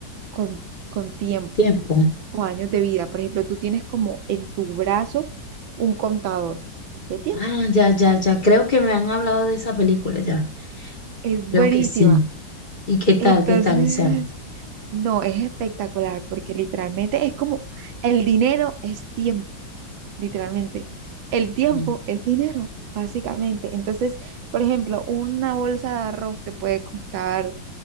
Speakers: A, on the right (about 80°); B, on the left (about 30°).
A: con, con tiempo.
B: Tiempo.
A: o años de vida. Por ejemplo, tú tienes como en tu brazo un contador de tiempo.
B: Ah, ya, ya, ya. Creo que me han hablado de esa película ya.
A: Es
B: Creo
A: buenísima.
B: que sí. ¿Y qué tal?
A: Entonces,
B: ¿Qué tal? O sea.
A: no, es espectacular porque literalmente es como el dinero es tiempo, literalmente. El tiempo
B: mm.
A: es dinero, básicamente. Entonces, por ejemplo, una bolsa de arroz te puede costar